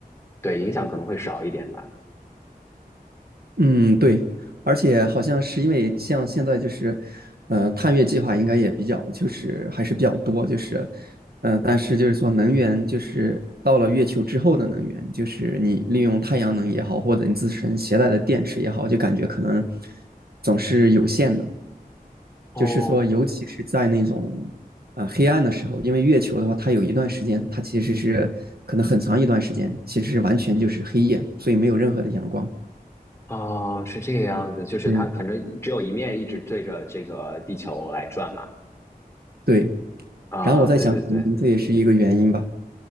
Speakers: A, on the left; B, on the right.
A: 对影响可能会少一点吧。
B: 嗯，对，而且好像是因为像现在就是，呃，探月计划应该也比较就是还是比较多，就是，呃，但是就是说能源就是到了月球之后的能源，就是你利用太阳能也好，或者你自身携带的电池也好，就感觉可能总是有限的，
A: 哦，
B: 就是说尤其是在那种啊呃黑暗的时候，因为月球的话，它有一段时间它其实是可能很长一段时间，其实完全就是黑夜，所以没有任何的阳光。
A: 哦，是这个样子，就是它反正只有一面一直对着这个地球来转嘛。
B: 嗯，对。
A: 啊，
B: 然后我在想，
A: 对对对。
B: 可能这也是一个原因吧。